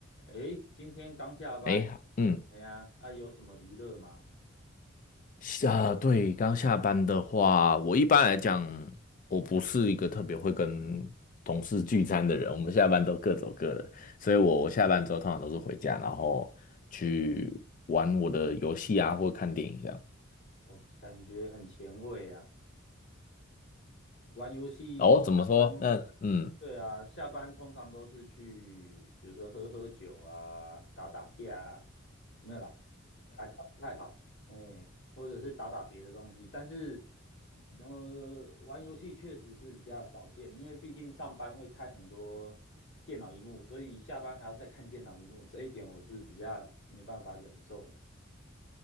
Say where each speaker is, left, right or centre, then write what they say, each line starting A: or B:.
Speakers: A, on the left (about 60°); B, on the left (about 40°).
A: 诶，今天刚下班，
B: 哎，嗯，
A: 哎呀，那有什么娱乐吗？
B: 下，呃对，刚下班的话，我一般来讲，我不是一个特别会跟同事聚餐的人，我们下班都各走各的，所以我我下班之后通常都是回家，然后去玩我的游戏啊，或看电影这样。
A: 哦，感觉很前卫啊。玩游戏下班，
B: 哦，怎么说？那嗯，
A: 对啊，下班通常都是去，比如说喝喝酒啊，打打架啊，没有啦，打架不太好，哎，或者是打打别的东西。但是，呃，玩游戏确实是比较少见，因为毕竟上班会看很多电脑荧幕，所以下班还要再看电脑荧幕，这一点我是比较没办法忍受啊。